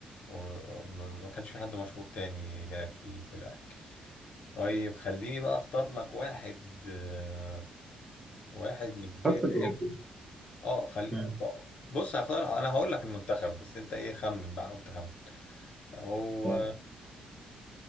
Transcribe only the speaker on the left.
وما كانش في حد مشهور تاني لا في ال... في الأهلي طيب خليني بقى اختار لك واحد آه، واحد من الجيل
الحلو
اه خلي
ف- بص هختار انا هقول لك المنتخب بس انت ايه خمن بقى حاول تخمن هو